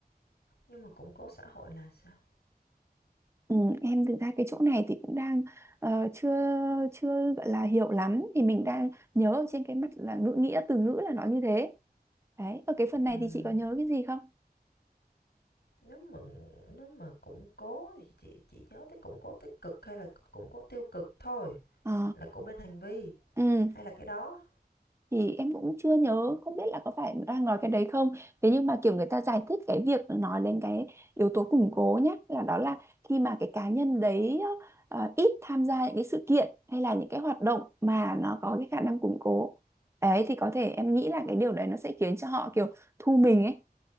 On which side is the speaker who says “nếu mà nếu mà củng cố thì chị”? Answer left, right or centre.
Left